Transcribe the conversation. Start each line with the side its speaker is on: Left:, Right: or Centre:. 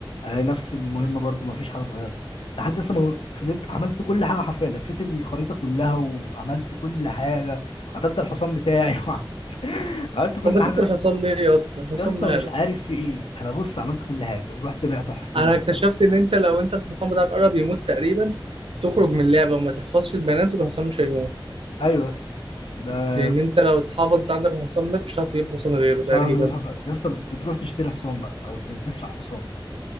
Left: الاقي نفس المهمه برضو ما فيش حاجه اتغيرت لحد لسه ما فضلت عملت كل حاجه حرفيا لفيت الخريطه كلها وعملت كل حاجه قتلت الحصان بتاعي <laughs> عملت كل
Right: طب بتت
Left: حاجه
Right: الحصان
Left: يا اسطى
Right: ليه يا اسطى الحصان
Left: يا اسطى
Right: ماله
Left: مش عارف في ايه انا بص عملت كل حاجه ورحت بعت حصينه
Right: انا
Left: وصرفت
Right: اكتشفت ان انت لو انت الحصان بتاعك قرب يموت تقريبا تخرج من اللعبه وما تحفظش البيانات والحصان مش هيموت
Left: ايوه يا اسطى ده
Right: لان
Left: كنت
Right: انت لو اتحفظت عندك الحصان مات مش هتعرف تجيب حصان غيره
Left: مش
Right: تقريبا
Left: عارف اجيب حصان يا اسطى بت- بتروح تشتري حصان بقى او ت- تسرق حصان